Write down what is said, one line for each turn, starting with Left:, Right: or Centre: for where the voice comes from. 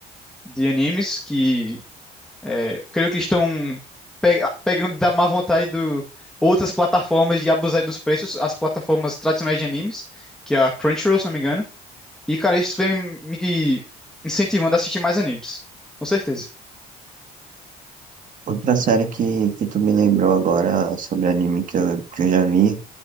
Centre: de animes, que é, creio que estão pe- pegando da má vontade do outras plataformas de abusar dos preços, as plataformas tradicionais de animes, que é a Crunchyroll, se não me engano. E, cara, isso vem me incentivando a assistir mais animes, com certeza.
Right: Outra série que, que tu me lembrou agora sobre anime que eu, que eu já vi